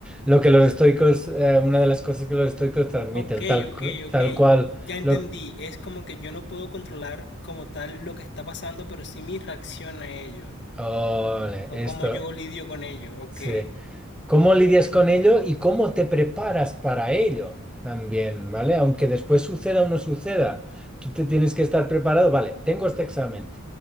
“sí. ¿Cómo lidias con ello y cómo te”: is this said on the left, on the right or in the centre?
Centre